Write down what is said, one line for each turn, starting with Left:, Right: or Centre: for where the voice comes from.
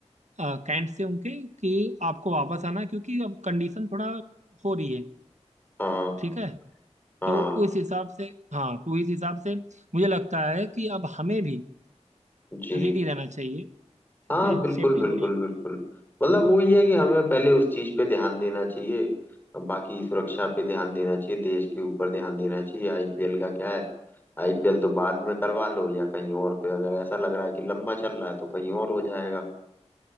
Right: अ, कैंट से उनके कि आपको वापस आना है, क्योंकि अब कंडीशन थोड़ा हो रही है
Left: हाँ
Right: ठीक है
Left: हाँ
Right: तो उस हिसाब से हाँ तो इस हिसाब से मुझे लगता है कि अब हमें भी
Left: जी
Right: रेडी रहना चाहिए ठीक
Left: हाँ
Right: है
Left: बिल्कुल
Right: सेफ्टी
Left: बिल्कुल
Right: बहुत
Left: बिल्कुल मतलब वो ये है कि हमें पहले उस चीज पे ध्यान देना चाहिए अब बाकी सुरक्षा पे ध्यान देना चाहिए देश के ऊपर ध्यान देना चाहिए आईपीएल का क्या है आईपीएल तो बाद में करवा लो या कहीं और पे अगर ऐसा लग रहा है कि लंबा चल रहा है तो कहीं और हो जाएगा